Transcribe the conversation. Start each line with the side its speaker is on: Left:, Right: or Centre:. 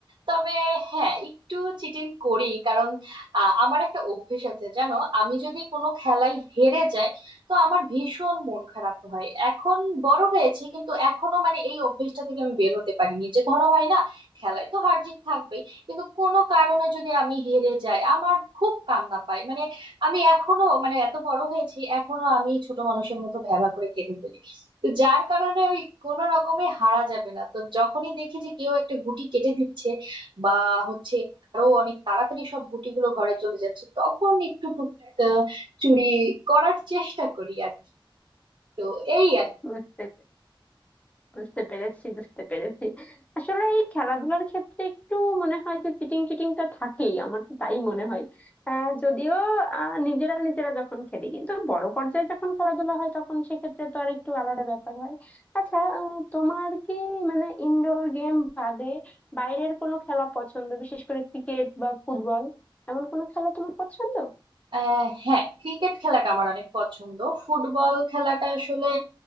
Right: তবে হ্যাঁ একটু চিটিং করি কারণ আহ, আমার একটা অভ্যেস আছে জানো আমি যদি কোনো খেলায় হেরে যাই তো আমার ভীষণ মন খারাপ হয় এখন বড় হয়েছে কিন্তু এখনো মানে এই অভ্যেসটা থেকে আমি বের হতে পারিনি যে ধরো হয় না খেলায় তো হার জিত থাকবেই কিন্তু কোনো কারণে যদি আমি হেরে যাই আমার খুব কান্না পায় মানে আমি এখনো মানে এত বড় হয়েছি এখনো আমি ছোট মানুষের মতো ভ্যাবা করে কেঁদে ফেলি তো যার কারণে ওই কোনো রকমে হারা যাবে না তো যখনই দেখি যে কেউ একটা গুটি কেটে দিচ্ছে বা হচ্ছে আরো অনেক তাড়াতাড়ি সব গুটিগুলো ঘরে চলে যাচ্ছে তখন একটু টুকটাক আহ, চুরি করার চেষ্টা করি আর কি তো এই আর কি।
Left: বুঝতে পে- বুঝতে পেরেছি বুঝতে পেরেছি আসলে এই খেলাধুলার ক্ষেত্রে একটু মনে হয় যে চিটিং চিটিংটা থাকেই আমার তো তাই মনে হয় আহ, যদিও আহ, নিজেরা নিজেরা যখন খেলি কিন্তু বড় পর্যায়ে যখন খেলাধুলা হয় তখন সেক্ষেত্রে তো আর একটু আলাদা ব্যাপার হয় আচ্ছা আহ, তোমার কি মানে ইনডোর গেম বাদে বাইরের কোনো খেলা পছন্দ বিশেষ করে ক্রিকেট বা ফুটবল এমন কোনো খেলা তোমার পছন্দ
Right: আহ হ্যাঁ ক্রিকেট খেলাটা আমার অনেক পছন্দ ফুটবল খেলাটা আসলে